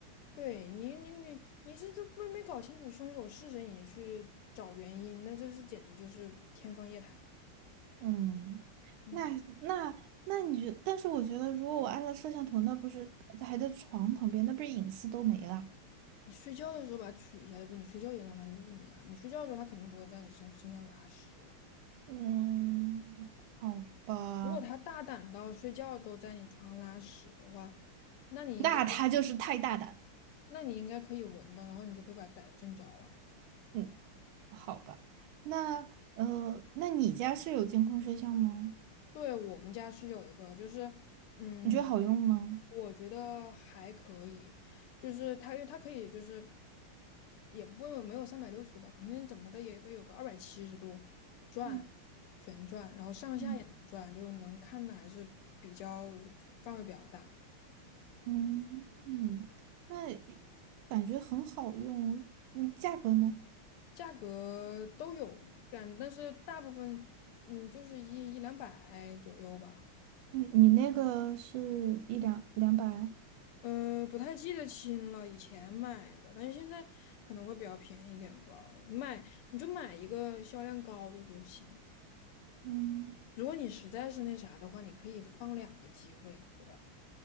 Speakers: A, on the left (about 85°); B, on the right (about 75°).
A: 对你，你你你是这不没搞清楚凶手是谁，你去找原因，那这是简直就是天方夜谭。
B: 嗯，
A: 嗯，
B: 那那那你觉，但是我觉得，如果我安了摄像头，那不是还在床旁边，那不是隐私都没了？
A: 你睡觉的时候把它取下来呗，你睡觉也让它录你啊，你睡觉的时候它肯定不会在你身身上拉屎的。
B: 嗯，好吧，
A: 如果它大胆到睡觉都在你床上拉屎的话，那你应该就是
B: 那他就是太大胆了
A: 那你应该可以闻到，然后你就可以把它逮正着啊。
B: 嗯，好吧，那呃，那你家是有监控摄像吗？
A: 对，我们家是有一个，就是嗯，
B: 你觉得好用吗？
A: 我觉得还可以，就是它，因为它可以就是也不没有三百六十度吧，肯定怎么的也个有个二百七十度转旋转，
B: 嗯
A: 然后上下也能转，
B: 嗯
A: 就能看的还是比较范围比较大，
B: 嗯嗯，那感觉很好用。嗯，价格呢？
A: 价格都有干，但是大部分嗯就是一一两百左右吧。
B: 你你那个是一两两百？
A: 呃，不太记得清了，以前买的，但是现在可能会比较便宜一点吧。买你就买一个销量高的就行。
B: 嗯。
A: 如果你实在是那啥的话，你可以放两个机位，对吧？